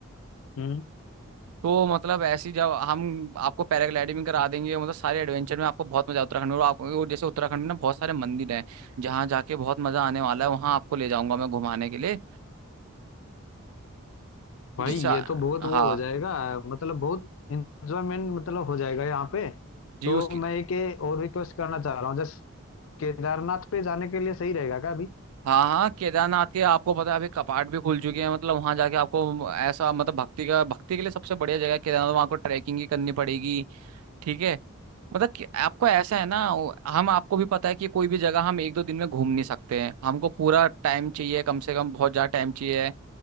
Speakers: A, on the left (about 65°); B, on the right (about 85°).
A: हम्म
B: तो मतलब ऐसी जब हम आपको पैराग्लाइडिंग करा देंगे मतलब सारे एडवेंचर में आपको बहुत मजा उत्तराखंड में और आपको और जैसे उत्तराखंड में ना बहुत सारे मंदिर हैं जहाँ जाके बहुत मजा आने वाला है वहाँ आपको ले जाऊंगा मैं घुमाने के लिए
A: भाई
B: जिससे
A: ये तो बहुत
B: हाँ
A: वो हो जाएगा मतलब बहुत इंजॉयमेंट मतलब हो जाएगा यहाँ पे
B: जी
A: तो
B: उसकी
A: मैं एक ये और रिक्वेस्ट करना चाह रहा हूँ जैसे केदारनाथ पे जाने के लिए सही रहेगा क्या अभी
B: हाँ हाँ केदारनाथ के आपको पता है अभी कपाट भी खुल चुके हैं मतलब वहाँ जाके आपको ऐसा मतलब भक्ति का भक्ति के लिए सबसे बढ़िया जगह है केदारनाथ वहाँ आपको ट्रैकिंग ही करनी पड़ेगी ठीक है मतलब कि आपको ऐसा है ना वो- हम आपको भी पता है कि कोई भी जगह हम एक दो दिन में घूम नहीं सकते हैं हमको पूरा टाइम चाहिए कम से कम बहुत ज्यादा टाइम चाहिए